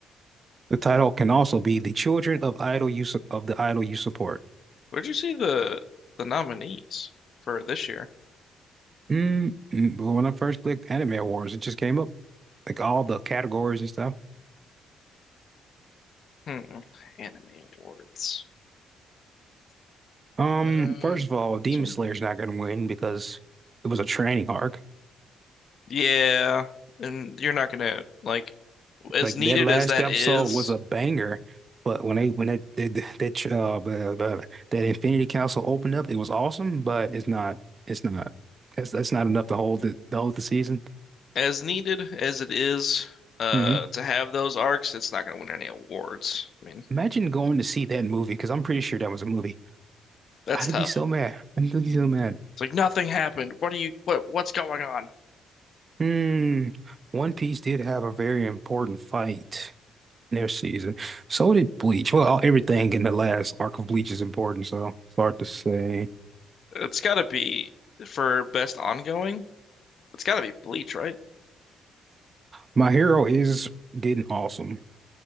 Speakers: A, on the right; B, on the left.
A: The title can also be The Children of Idol You Su- of the Idol You Support.
B: Where'd you see the the nominees for this year?
A: Mm, mm, but when I first clicked Anime Awards, it just came up like all the categories and stuff.
B: Hmm. Anime awards.
A: Um,
B: Um,
A: first of all, Demon
B: this one?
A: Slayer's not gonna win because it was a training arc.
B: Yeah, and you're not gonna like as
A: Like
B: needed
A: that last
B: as that
A: episode
B: is,
A: was a banger, but when they when that that that, uh, blah, blah, blah, that Infinity Council opened up, it was awesome, but it's not it's not that's that's not enough to hold the, to hold the season.
B: as needed as it is, uh,
A: Mm-hmm.
B: to have those arcs, it's not gonna win any awards. I mean,
A: Imagine going to see that movie because I'm pretty sure that was a movie.
B: that's
A: I'd
B: tough.
A: be so mad. I'd be so mad.
B: It's like nothing happened. What are you? What what's going on?
A: Hmm. One Piece did have a very important fight in their season. So did Bleach. Well, everything in the last arc of Bleach is important, so it's hard to say.
B: It's gotta be for best ongoing. It's gotta be Bleach, right?
A: My Hero is getting awesome.